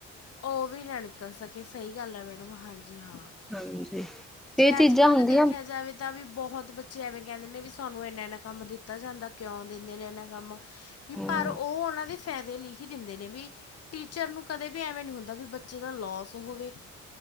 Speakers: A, on the left; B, in the centre.
A: ਉਹ ਵੀ ਨਾ ਨਿਕਲ ਸਕੇ ਸਹੀ ਗੱਲ ਹੈ ਮੈਡਮ ਹਾਂਜੀ ਹਾਂ
B: ਹਾਂਜੀ
A: ਜੇ
B: ਇਹ ਚੀਜ਼ਾਂ
A: ਅੱਜ ਕੱਲ੍ਹ
B: ਹੁੰਦੀਆਂ
A: ਦੇਖਿਆ ਜਾਵੇ ਤਾਂ ਵੀ ਬਹੁਤ ਬੱਚੇ ਐਵੇਂ ਕਹਿੰਦੇ ਨੇ ਵੀ ਸਾਨੂੰ ਇੰਨਾ ਇੰਨਾ ਕੰਮ ਦਿੱਤਾ ਜਾਂਦਾ ਕਿਉਂ ਦਿੰਦੇ ਨੇ ਇਨਾ ਕੰਮ ਵੀ
B: ਹੂੰ
A: ਪਰ ਉਹ ਉਹਨਾਂ ਦੇ ਫਾਇਦੇ ਲਈ ਹੀ ਦਿੰਦੇ ਨੇ ਵੀ ਟੀਚਰ ਨੂੰ ਕਦੇ ਵੀ ਐਵੇਂ ਨ ਹੁੰਦਾ ਵੀ ਬੱਚੇ ਦਾ ਲੋਸ ਹੋਵੇ